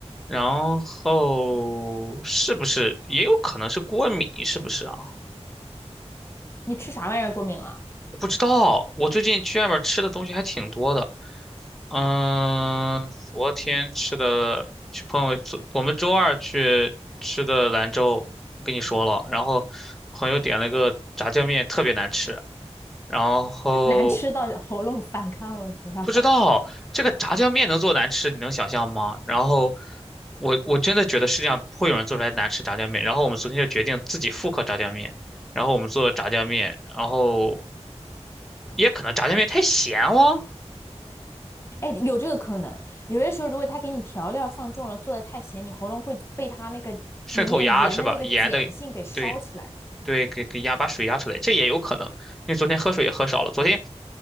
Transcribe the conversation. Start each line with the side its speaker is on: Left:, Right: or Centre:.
Centre: 然后是不是也有可能是过敏？是不是啊？
Left: 你吃啥玩意儿过敏了？
Centre: 我不知道。我最近去外面吃的东西还挺多的。嗯，昨天吃的去朋友，昨我们周二去吃的兰州，我跟你说了。然后朋友点了个炸酱面，特别难吃。然后
Left: <laughs> 难吃到喉咙反抗了是吧？
Centre: 不知道这个炸酱面能做难吃，你能想象吗？然后我我真的觉得世界上不会有人做出来难吃炸酱面。然后我们昨天就决定自己复刻炸酱面，然后我们做了炸酱面，然后也可能炸酱面太咸哦，
Left: <laughs> 哎，有这个可能。有些时候，如果他给你调料放重了，做的太咸，你喉咙会被他那个里面盐的那个碱性给烧起来。
Centre: 渗透压是吧？盐的，对对，给给压把水压出来，这也有可能。因为昨天喝水也喝少了，昨天。